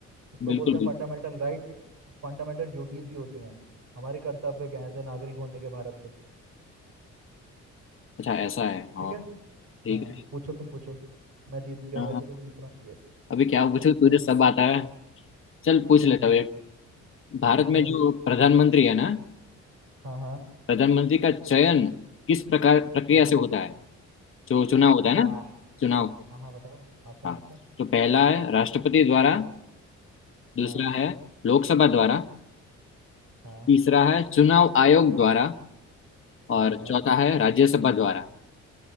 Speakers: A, on the right; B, on the left.
A: इसको
B: बिल्कुल
A: बोलते हैं
B: बिल्कुल
A: फंडामेंटल राइट्स फंडामेंटल ड्यूटीज भी होती हैं हमारे कर्तव्य क्या है एज नागरिक होने के भारत के
B: अच्छा ऐसा है हाँ
A: ठीक है
B: ठीक
A: हाँ
B: है
A: पूछो तुम पूछो मैं जीत गया
B: अ,
A: हूँ वैसे तो जीत रहा हूँ यस
B: अभी क्या पूछूं
A: Yes
B: तुझे
A: yes
B: सब आता है चल पूछ
A: हम्म
B: लेता हूँ एक भारत
A: हाँ
B: में जो प्रधानमंत्री है ना
A: हाँ हाँ
B: प्रधानमंत्री का चयन किस प्रकार प्रक्रिया
A: हाँ
B: से होता है जो चुनाव
A: अच्छा
B: होता है ना चुनाव
A: हाँ हाँ बताओ ऑप्शन
B: हाँ
A: ऑप्शन
B: तो पहला है राष्ट्रपति द्वारा दूसरा
A: हाँ
B: है लोकसभा द्वारा
A: हाँ
B: तीसरा है चुनाव आयोग द्वारा
A: हाँ
B: और चौथा
A: और
B: है राज्यसभा द्वारा